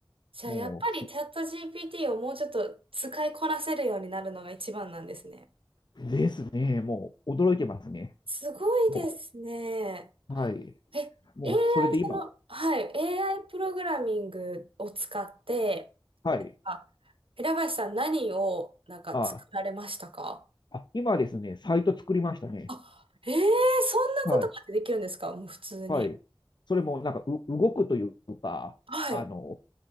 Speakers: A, on the right; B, on the left.
A: じゃあやっぱりチャット
B: もうす、
A: GPT をもうちょっと使いこなせるようになるのが一番なんですね。
B: ですね。もう、驚いてますね。
A: すごいですね。
B: もう、はい。
A: え、AI、
B: もう、それで今、
A: その、はい、AI プログラミングを使って、
B: はい。
A: あ、平林さん何をなんか作られましたか
B: あ、あ、今ですね、サイト作りましたね。
A: あ、ええそんなことまでできるんですかもう普通に。
B: はい。はい。それもなんかう動くというか、
A: はい。
B: あの、